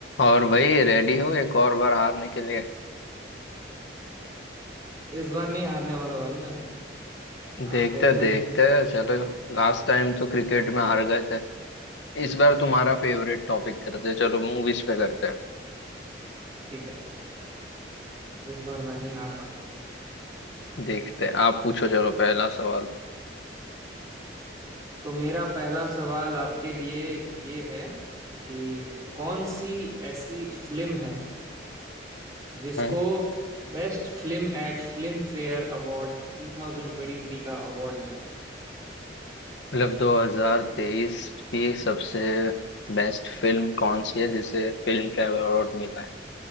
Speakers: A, on the left (about 75°); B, on the right (about 20°).
A: और भाई रेडी हो एक और बार हारने के लिए
B: इस बार नहीं हारने वाला भाई मैं
A: देखते
B: आप टेंशन
A: देखते
B: मत लो
A: चलो लास्ट टाइम तो क्रिकेट में हार गए थे इस बार तुम्हारा फेवरेट टॉपिक करते हैं। चलो मूवीज पे करते हैं
B: ठीक है इस बार मैं नहीं हार रहा
A: देखते हैं आप पूछो चलो पहला सवाल
B: तो मेरा पहला सवाल आपके लिए ये है कि कौन सी ऐसी फिल्म है जिसको
A: हम्म।
B: best film at Filmfare award 2023 का अवार्ड मिला है
A: मतलब 2023 की सबसे बेस्ट फिल्म कौन सी है जिसे फिल्म फेयर अवार्ड मिला है